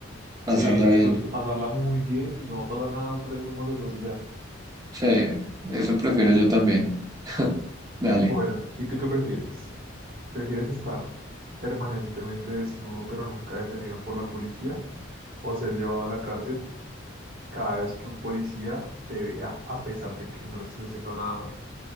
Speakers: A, on the right; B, on the right.
A: pasarla
B: eh, disfruta-
A: bien.
B: pasarla muy bien y no va a pasar nada, al otro día somos los dos y ya.
A: Sí, eso prefiero yo también. <laughs> Dale.
B: Bueno, ¿y tú qué prefieres? ¿Prefieres estar permanentemente desnudo pero nunca detenido por la policía? o ser llevado a la cárcel cada vez que un policía te vea a pesar de que no estés haciendo nada malo.